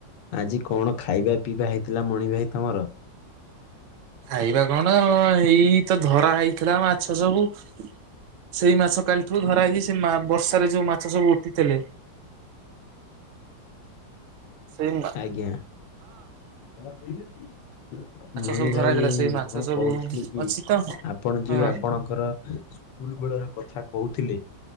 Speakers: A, on the left; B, on the right.
A: ଆଜି କଣ ଖାଇବା ପିଇବା ହେଇଥିଲା ମଣି ଭାଇ ତମର?
B: ଖାଇବା କଣ ଏଇ ତ ଧରା ହେଇଥିଲା ମାଛ ସବୁ ସେଇ ମାଛ କାଲି ଠୁ ଧରା ହେଇ ସେ ମା ବର୍ଷାରେ ଯୋଉ ମାଛ ସବୁ ଉଠିଥିଲେ। ସେଇମା
A: ଆଜ୍ଞା <unintelligible> ମଣି
B: ସବୁ
A: ଭାଇ
B: ଧରା ହେଇଥିଲା ସେଇ ମାଛ
A: କଁ
B: ସବୁ
A: କହୁଥିଲି କି
B: ଅଛି ତ
A: ଆପଣ
B: ହଁ।
A: ଯଉ ଆପଣଙ୍କର ସ୍କୁଲ ବେଳର କଥା କହୁଥିଲି